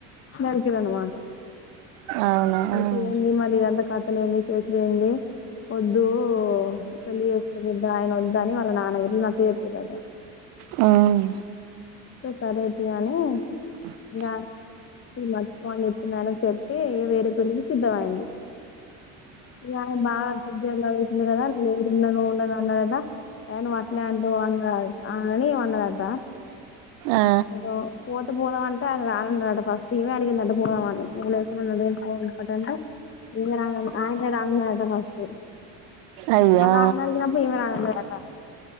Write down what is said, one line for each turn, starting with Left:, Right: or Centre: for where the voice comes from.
Left: నరికిరన్నమాట
Right: అవునా
Left: నరికి
Right: మ్మ్
Left: మరిఇదంతా కథలు ఏంది చేసుడెంది వద్దు పెళ్లి చేసుకొ బిడ్డ ఆయన వ ద్దని వాళ్ళ నాన్నగిట్ల నచ్చచెప్పిరట.
Right: మ్మ్
Left: సరేతియని
Right: బ్లాంక్
Left: ఇంగ మర్చిపో అని చెప్పింది. ఆయనకు చెప్పి ఇగ వేరే పెళ్లికి సిద్ధంమయింది. ఇంగ బాగా దగ్గర్ల లా చూసిండు కదా నేను ఉండను. ఉండను అన్నడట ఏ నువు అట్లే అంటవ్ అని ఈమె అన్నదంట
Right: ఆ
Left: ద పోతే పోదామంట రానన్నాడంట ఫస్ట్ ఈమే అడిగిందంట. పోదామని నువు లేకుండ <unintelligible> ఇయన రాన ఆయన రాన న్నడట ఫస్టు
Right: అయ్యో
Left: మళ్ళ ఆయనడిగినప్పుడు ఈమె రానన్నదట.